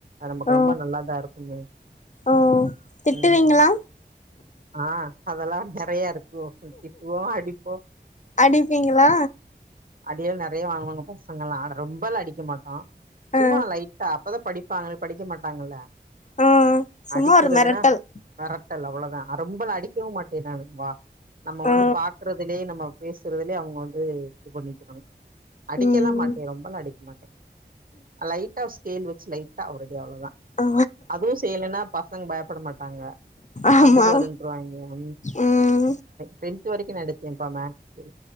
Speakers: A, on the right (about 55°); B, on the left (about 45°).
A: நமக்கு
B: ஓ
A: ரொம்ப நல்லாதா இருக்குமே
B: ஓ திட்டுவீங்களா
A: ம் ஆ அதெல்லா நிறைய இருக்கு திட்டுவோ அடிப்போ
B: அடிப்பீங்களா
A: அடியல்லா நிறைய வாங்குவாங்க பசங்க எல்லா ஆ ரொம்பலா அடிக்க மாட்டோ
B: ஆ
A: சும்மா லைட்டா அப்பதா படிப்பாங்க இல்லனா படிக்க மாட்டாங்கல்ல
B: ஆ சும்மா
A: அடிக்கிறதுன்னா
B: ஒரு மெரட்டல்
A: மிரட்டல் அவ்ளவுதா நா ரொம்பலா அடிக்கவு மாட்டே நானுப்பா நம்ம வந்து
B: ஆ
A: பாக்குறதுலயே நம்ம பேசுறதுலயே அவங்க வந்து இது பண்ணிக்கணு அடிக்கலா
B: ம்
A: மாட்டே ரொம்பலா அடிக்க மாட்டே லைட்டா ஆ ஸ்கேல் வச்சு லைட் டா ஒரு அடி அவ்வளவுதா
B: ஆ
A: அதுவு செய்யலைன்னா பசங்க பயப்பட மாட் டாங்க
B: ஆமா
A: வந்து பாருன்ருவாங்க
B: ம்
A: டென்த் வரைக்கு எடுத்தேன்ப்பா மேக்க்ஷூ